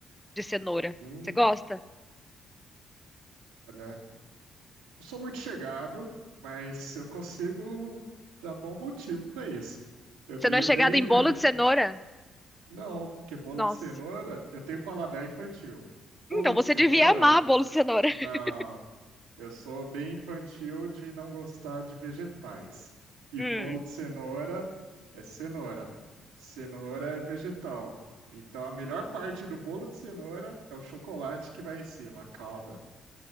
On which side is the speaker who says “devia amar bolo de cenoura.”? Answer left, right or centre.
Centre